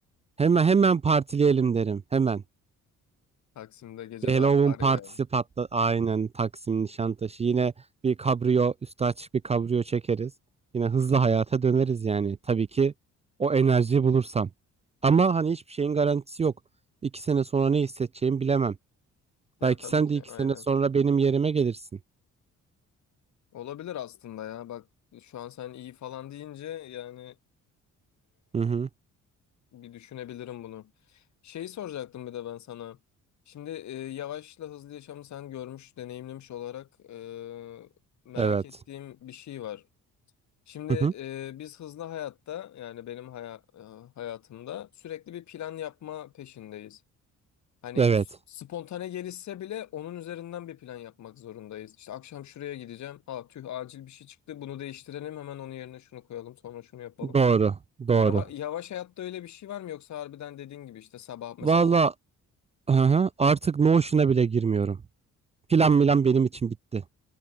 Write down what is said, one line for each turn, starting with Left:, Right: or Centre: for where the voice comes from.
Right: Hemen hemen partileyelim derim. Hemen.
Left: Taksim'de gece
Right: Bir
Left: de
Right: Halloween
Left: akar
Right: partisi
Left: ya.
Right: patla. Aynen Taksim Nişantaşı. Yine bir kabriyo, üstü açık bir kabriyo çekeriz. Yine hızlı hayata döneriz yani. Tabii ki o enerjiyi bulursam. Ama hani hiçbir şeyin garantisi yok. İki sene sonra ne hissedeceğimi bilemem.
Left: Ya
Right: Belki
Left: tabii
Right: sen
Left: ki
Right: de iki
Left: aynen.
Right: sene sonra benim yerime gelirsin.
Left: Olabilir aslında ya. Bak şu an sen iyi falan deyince yani
Right: Hı hı.
Left: Bir düşünebilirim bunu. Şeyi soracaktım bir de ben sana. Şimdi e, yavaşla hızlı yaşamı sen görmüş, deneyimlemiş olarak e, merak
Right: Evet.
Left: ettiğim bir şey var. Şimdi
Right: Hı hı.
Left: e, biz hızlı hayatta yani benim haya- e, hayatımda sürekli bir plan yapma peşindeyiz. Hani
Right: Evet.
Left: s- spontane gelişse bile onun üzerinden bir plan yapmak zorundayız. İşte akşam şuraya gideceğim. Aa tüh acil bir şey çıktı. Bunu değiştirelim hemen onun yerine şunu koyalım sonra şunu yapalım.
Right: Doğru. Doğru.
Left: Yava, yavaş hayatta öyle bir şey var mı yoksa harbiden dediğin gibi işte sabah mesela
Right: Valla
Left: o
Right: hı hı. Artık Notion'a bile girmiyorum. Plan milan benim için bitti.